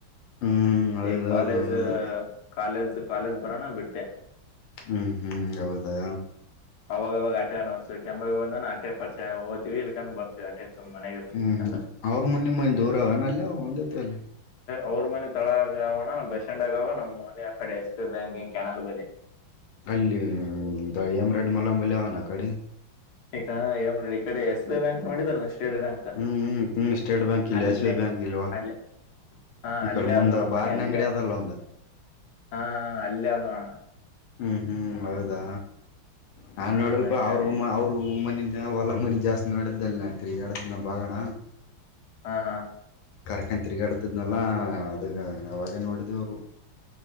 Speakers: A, on the left; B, on the left.
A: ಹ್ಮ್ ಹೌದೌದು
B: ಈ ಕಾಲೇಜ್
A: ಹೌದು
B: ಕಾಲೇಜ್ ಕಾಲೇಜ್ ಬರಾನ ಬಿಟ್ಟೆ
A: ಹ್ಮ್ ಹ್ಮ್ ಹೌದಾ
B: ಅವಾಗವಾಗ ಆಟೆಣ್ಸು ಕೆಂಬ ಹದ ಅಟೆ ಪರಿಚಯಓದ್ತಿವಿ ಇಲ್ಕಂದ್ ಬರ್ತೀವಿ ಆಟೆ ಸುಮ್ ಮನೆಗೆ ಇರ್ತೀನಿ
A: ಹ್ಮ್
B: ಇಲ್ಕಂದ್ರೆ
A: ಹ್ಮ್ ಅವ್ರ ಮುನ್ನ ನಿಮ್ಮಂದ ದೂರ ಅವ ಅಲ್ಲಿ ಒಂದೇತೆ ಅಲ್ಲಿ
B: ಅವ್ರ ಮನೆ ತಳ ಆಗ ಅವಣ ಬಸ್ ಸ್ಟ್ಯಾಂಡ್ ಆಗವ ನಮ್ಮ್ ಮನೆ ಆ ಕಡೆ ಎಷ್ಟೇ ಬ್ಯಾಂಕಿಂಗ್ ಕ್ಯಾನಲ್ ಬಳಿ
A: ಅಲ್ಲಿ ಎಮ ರಡ್ ಮಲಂಬಲ್ಲಿ ಆ ಕಡೆ
B: ಈಗಏ ಈ ಕಡೆ ಎಸ್ ಐ ಬ್ಯಾಂಕ್ ನೋಡಿದಲ್ಷ್ಟ ಸ್ಟೇಟ್ ಬ್ಯಾಂಕ್
A: ಹ್ಮ್ ಹ್ಮ್ ಹ್ಮ್ ಸ್ಟೇಟ್ ಬ್ಯಾಂಕ್ ಇಲ್ಲಿ
B: ಅಲ್ಲೇ
A: ಎಸ್ ಬಿ ಐ ಬ್ಯಾಂಕ್ ಇಲ್ವಾ
B: ಅಲ್ಲೇ ಹಾ
A: ಈ
B: ಅಲ್ಲ
A: ಕಡೆ ಮುಂದ
B: ಅಂದಣ ಅಮ್ಮನಿ
A: ಬಾರಿನ
B: ಅಲ್ಲ
A: ಅಂಗಡಿ ಅದಲ್ಲ ಒಂದು
B: ಹಾ ಅಲ್ಲಂದಣ
A: ಹ್ಮ್ ಹ್ಮ್ ಹೌದಾ ನಾನ್
B: ಹಾ
A: ನೋಡಲ್ಪ
B: ಅಣ್ಣ ಈ ಕಡೆ
A: ಅವರು ಅವರು ಮನ ನಾವವು ಹೊಲ ಮನಿ ಜಾಸ್ತಿ ನೋಡಿದ್ದಲ್ ನ ತಿರ್ಗಾಡತ ನ ಭಾಗಣ
B: ಹಾ ಹಾ
A: ಕರ್ಕನ್ ತಿರುಗಾಡ್ತಿದ್ನಲ್ಲಾ ಅದ ಅವಾವಾಗ ನೋಡಿದೇವರು